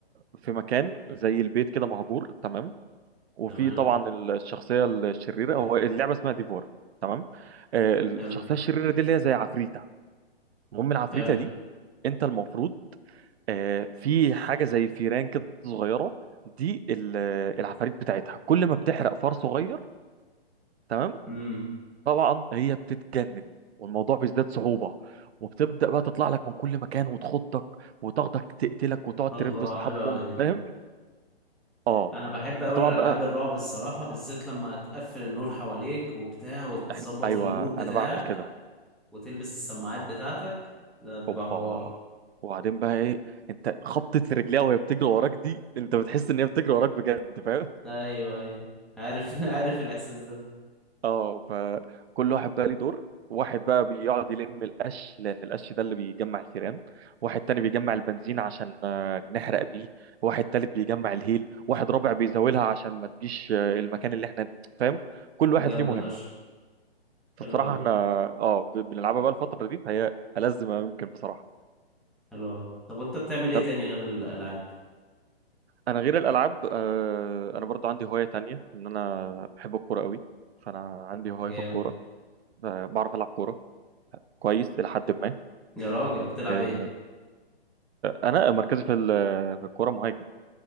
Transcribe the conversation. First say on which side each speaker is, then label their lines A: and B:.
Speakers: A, on the right (about 75°); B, in the centre.
A: في مكان زي البيت كده مهجور تمام وفي
B: تمام
A: طبعا الشخصية الشريرة هو اللعبة اسمها ديفور تمام آه، الشخصية
B: حلو
A: الشريرة دي اللي هي زي عفريتة المهم العفريتة
B: حلو
A: دي انت المفروض آه، في حاجه زي فيران كده صغيره دي ال- العفاريت بتاعتها كل ما بتحرق فار صغير تمام
B: امم
A: طبعا هي بتتجنن والموضوع بيزداد صعوبه وبتبدا بقى تطلع لك من كل مكان وتخضك وتاخدك تقتلك وتقعد ترف
B: الله
A: بصحابكم
B: حلو قوي
A: فاهم اه
B: انا بحب اقول
A: فطبعا
B: العاب
A: بقى
B: الرعب الصراحه بالذات لما تقفل النور حواليك وبتاع وتظبط
A: احنا ايوه
B: المود بتاعك
A: انا بعمل كده
B: وتلبس السماعات بتاعتك ده بيبقى
A: اوبا
B: حوار
A: وبعدين بقى ايه انت خبطة رجليها وهي بتجري وراك دي انت بتحس ان هي بتجري وراك بجد فاهم
B: ايوه ايوه عارف <laughs> عارف الاحساس ده
A: اه فكل واحد بقى ليه دور واحد بقى بيقعد يلم القش لان القش ده اللي بيجمع الفيران واحد تاني بيجمع البنزين عشان آه، نحرق بيه واحد تالت بيجمع الهيل واحد رابع بيزاولها عشان ما تجيش آه، المكان اللي احنا فاهم كل واحد
B: جامده
A: ليه مهمة
B: فشخ
A: فالصراحة
B: حلو قوي
A: احنا اه ب- بنلعبها بقى الفترة دي فهي ألذ ما ممكن بصراحة
B: حلو قوي طب وانت بتعمل
A: طب
B: ايه تاني غير الالعاب
A: انا غير الألعاب آه، انا برضو عندي هواية تانية ان انا بحب الكورة قوي فانا عندي هواية
B: جامد
A: في الكورة آه، بعرف ألعب كورة كويس إلى حد ما
B: يا راجل بتلعب
A: آه،
B: ايه
A: انا مركزي في ال- في الكوره مهاجم